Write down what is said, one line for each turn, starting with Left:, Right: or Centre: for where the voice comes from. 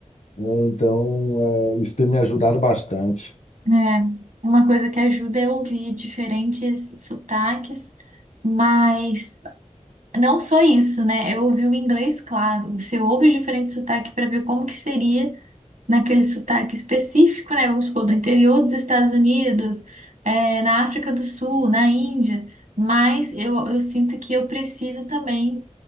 Left: né? Então, é, isso tem me ajudado bastante.
Right: é. Uma coisa que ajuda é ouvir diferentes sotaques, mas não só isso, né? Eu ouvi o inglês, claro. Você ouve os diferentes sotaques para ver como que seria naquele sotaque específico, né? Vamos supor, do interior dos Estados Unidos, é, na África do Sul, na Índia. Mas eu, eu sinto que eu preciso também